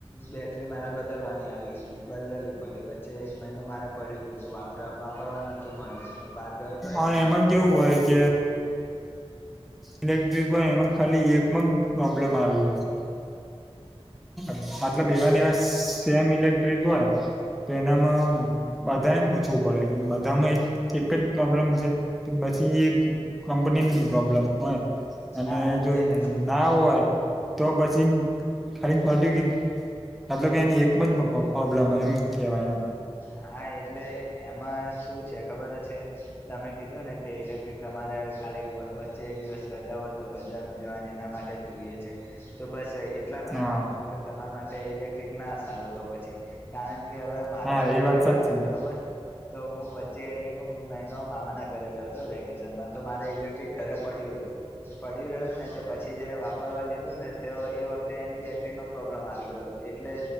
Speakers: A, on the left; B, in the centre.
A: બેટરી મારા બધા બલવાની આવી બદલવી પડી વચ્ચે એક મહિનો મારે પડ્યું વપરા પરવાન નતું મળ્યું હું બહાર ગયો હતો
B: પણ
A: એના
B: એમાં
A: કારણે
B: કેવું હોય કે ઇલેક્ટ્રિક હોય એમાં ખાલી એકમાં પ્રોબ્લેમ આવી હોય મતલબ એવાને એવા સેમ ઇલેક્ટ્રિક હોય તો એનામાં બધાને જ ઓછવું પડે કે બધામાં એક જ પ્રોબ્લેમ છે પછી કંપનીની પ્રોબ્લેમ હોય અને
A: ના
B: જો
A: એટલે
B: ના હોય, તો પછી ખાલી ફટ મતલબ એને એકમ જ પ્રોબ્લેમ એમ, કેવાય એમ
A: હા એટલે એમાં શું છે ખબર છે, તમે કીધું ને કે ઇલેક્ટ્રિક તમારે ખાલી વચ્ચે એક દિવસ રજા હોય, બજારમાં જવાની એના માટે જ જોઈએ છે, તો બસ એટલા માટે
B: હા
A: મે કીધું કે તમારા માટે ઇલેક્ટ્રિક ના સારું તો પછી કારણ કે હવે મારે
B: હા
A: પણ
B: એ
A: ઇલેક્ટ્રિક
B: વાત સાચી
A: છે, બરોબર તો હું વચ્ચે એક મહિનો મામાના ઘરે ગયો હતો, વેકેશનમાં તો મારે ઇલેક્ટ્રિક ઘરે પડ્યું રહ્યો પડ્યું રહ્યું ને પછી જયારે વાપરવા લીધું ને તો એ વખતે એની બેટરી નો પ્રોબ્લેમ આવી ગયો, એટલે